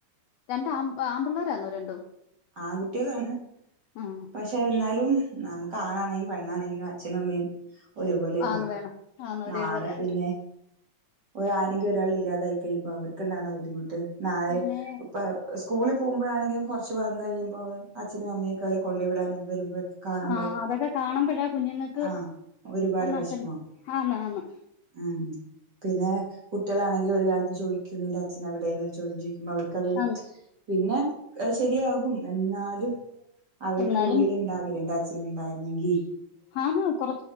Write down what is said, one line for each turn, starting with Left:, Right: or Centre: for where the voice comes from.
Left: രണ്ട ആമ്പ് ആമ്പിള്ളാരാന്നോ രണ്ടും
Right: ആങ്കുട്ട്യാളാണ്
Left: ആഹ്
Right: പക്ഷേ ഇന്നാലും നമുക്ക് ആണാണെങ്കിലും പെണ്ണാണെങ്കിലും അച്ഛനും അമ്മയും ഒരുപോലെല്ലേ
Left: ആന്ന് വേണം ആന്ന് ഒരേപോലെ
Right: നാളെ പിന്നെ ഓല ആരെങ്കിലും ഒരാൾ ഇല്ലാതായിക്കഴിയുമ്പോ അവർക്ക് ണ്ടാവ്ണ ബുദ്ധിമുട്ട് നാളെ
Left: പിന്നെ
Right: ഇപ്പ സ്കൂളിൽ പോകുമ്പഴാണെങ്കിലും കുറച്ച് വളർന്ന് കഴിയുമ്പോ അച്ഛനും അമ്മയൊക്കെ അവര് കൊണ്ടോയി വിടാനും വരുമ്പോ കാണുമ്പോ
Left: ആഹ് അതൊക്കെ കാണുമ്പഴാ കുഞ്ഞുങ്ങൾക്ക്
Right: ആഹ് ഒരുപാട് വിഷമാവും
Left: അച്ഛൻ ആണ് ആണ്
Right: ഉം പിന്നെ കുട്ടികളാണെങ്കില്ഒരു കാലത്ത് ചോദിക്കുന്നു നിന്റെ അച്ഛൻ എവിടെയന്ന് ചോദ്യം ചോദിക്കുമ്പോ അവർക്ക് ത്
Left: ആന്ന്
Right: പിന്നെ ശരിയാകും എന്നാലും അവർക്ക്
Left: എന്നാലും
Right: ഉള്ളിൽ ഉണ്ടാകില്ലേ എന്റെ അച്ഛന് ഉണ്ടായിരുന്നെങ്കി
Left: ആണ് കൊറ